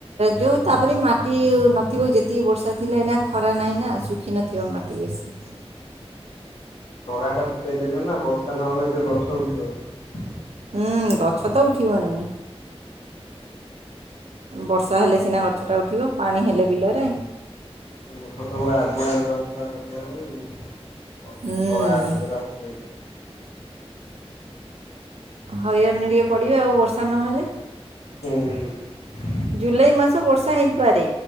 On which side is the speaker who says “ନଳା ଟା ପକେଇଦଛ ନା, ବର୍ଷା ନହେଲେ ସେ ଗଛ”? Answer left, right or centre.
Left